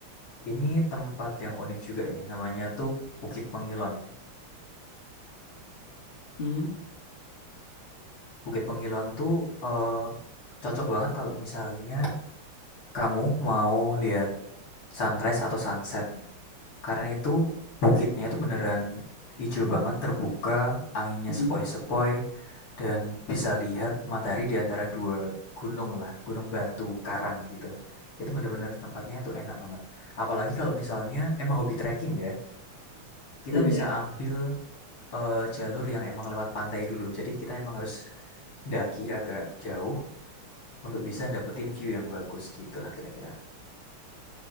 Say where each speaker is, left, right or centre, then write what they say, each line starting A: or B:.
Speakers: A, on the left (about 80°); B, on the left (about 25°).
A: ini tempat yang unik juga ini. Namanya tuh Bukit Pengilon.
B: hmm
A: Bukit Pengilon tuh eh cocok banget kalau misalnya kamu mau lihat sunrise atau sunset. Karena itu bukitnya itu beneran hijau banget, terbuka, anginnya
B: hmm
A: sepoi-sepoi, dan bisa lihat matahari di antara dua gunung lah, gunung batu, karang gitu. Itu bener-bener tempatnya itu enak banget. Apalagi kalau misalnya emang hobi trekking ya, kita
B: iya
A: bisa
B: ya
A: ambil eh, jalur yang emang lewat pantai dulu. Jadi kita emang harus daki agak jauh untuk bisa dapetin view yang bagus gitu lah kira-kira.